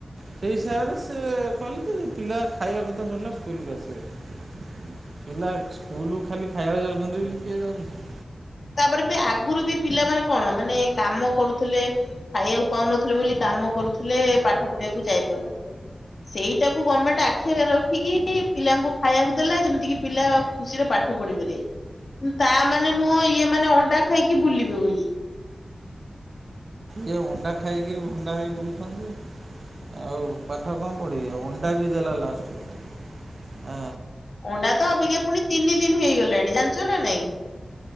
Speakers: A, on the right; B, on the left.
A: ସେଇ ହିସାବରେ ସେ କହିଲେ ପିଲା ଖାଇବା କଥା ଶୁଣିଲେ ସ୍କୁଲକୁ ଆସିବେ। ପିଲା ସ୍କୁଲୁକୁ ଖାଲି ଖାଇବାକୁ ଯାଉଛନ୍ତି ବୋଲି କିଏ ଯାଉଛନ୍ତି।
B: ତାପରେ ବି ଆଗରୁ ବି ପିଲାମାନେ କଣ ମାନେ କାମ କରୁଥିଲେ। ଖାଇବାକୁ ପାଉନଥିଲେ ବୋଲି କାମ କରୁଥିଲେ ପାଠ ପଢିବାକୁ ଯାଇ ପାରୁନଥିଲେ। ସେଇଟାକୁ ଗମେଣ୍ଟ ଆଖି ଆଗରେ ରଖିକି ପିଲାଙ୍କୁ ଖାଇବାକୁ ଦେଲେ ଯେମିତି କିି ପିଲା ଖୁସିରେ ପାଠ ପଢି ପାରିବେ। ତା ମାନେ ନୁହଁ ଇଏ ମାନେ ଅଣ୍ଡା ଖାଇକି ବୁଲିବେ ବୋଲି।
A: ଇଏ ଅଣ୍ଡା ଖାଇକିରି ଭଣ୍ଡା ହେଇ ବୁଲୁଛନ୍ତି। ଆଉ ପାଠ କଣ ପଢିବେ ଅଣ୍ଡାବି ଦେଲା ଲାଷ୍ଟକୁ। ଆ
B: ଅଣ୍ଡା ତ ଅବିକା ପୁଣି ତିନି ଦିନ ହେଇଗଲାଣି ଜାଣିଚ ନା ନାଇଁ।